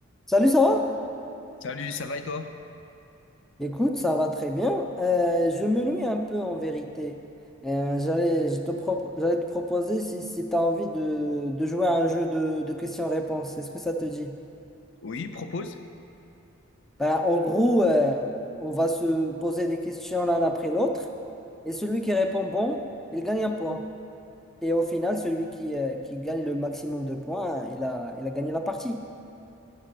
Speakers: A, in the centre; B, on the left.
A: Salut, ça va?
B: Salut, ça va et toi?
A: Écoute, ça va très bien. Euh, je me loue un peu en vérité. Euh, j'allais, je te propo- j'allais te proposer si, si tu as envie de, de jouer à un jeu de, de questions-réponses. Est-ce que ça te dit?
B: Oui, propose.
A: Ben, en gros, euh, on va se poser des questions l'un après l'autre. Et celui qui répond bon, il gagne un point. Et au final, celui qui, euh, qui gagne le maximum de points, il a, il a gagné la partie.